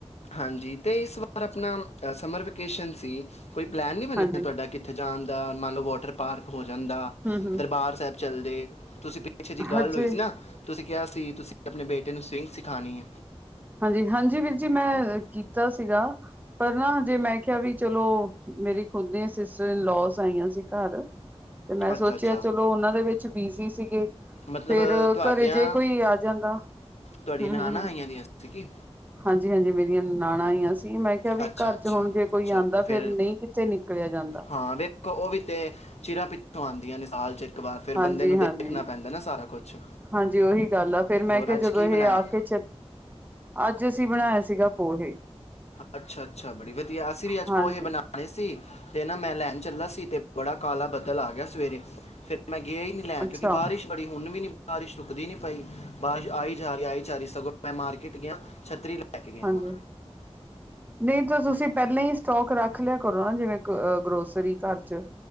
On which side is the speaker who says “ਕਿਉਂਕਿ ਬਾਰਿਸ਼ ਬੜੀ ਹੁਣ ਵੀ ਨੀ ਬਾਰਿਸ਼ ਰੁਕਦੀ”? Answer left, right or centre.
Left